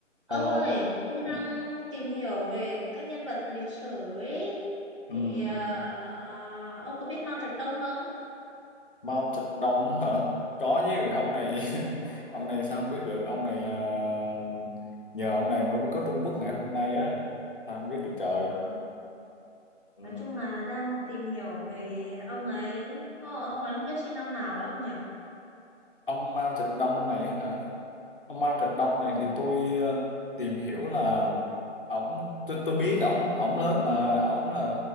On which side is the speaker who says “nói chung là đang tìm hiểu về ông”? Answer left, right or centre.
Right